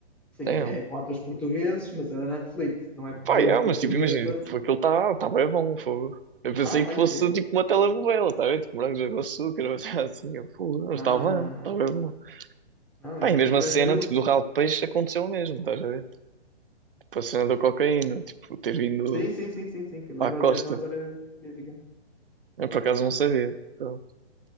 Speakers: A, in the centre; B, on the right (about 55°).
A: Sim,
B: damn.
A: é com atores portugueses, mas é da Netflix. Não é
B: Pá,
A: bem
B: é, mas
A: portuguesa.
B: tipo, imagina, tipo, aquilo está tá bem bom, fogo. Eu pensei
A: Ah, tá
B: que
A: incrível.
B: fosse tipo uma telenovela, tá a ver? Tipo, morangos com açúcar, ou seja, assim, eu, fogo, não,
A: Não,
B: está
A: não,
B: bem,
A: não, não.
B: está bem bom.
A: Não,
B: Pá,
A: é-
B: e mesmo
A: e
B: a
A: vai
B: cena,
A: ser o.
B: tipo, do ralo de peixe aconteceu o mesmo, estás a ver? Tipo, a cena da cocaína, tipo, ter vindo
A: Sim, sim, sim, sim, sim. Que é
B: à
A: baseado
B: costa.
A: numa história verídica.
B: Eu, por acaso, não sabia. Então,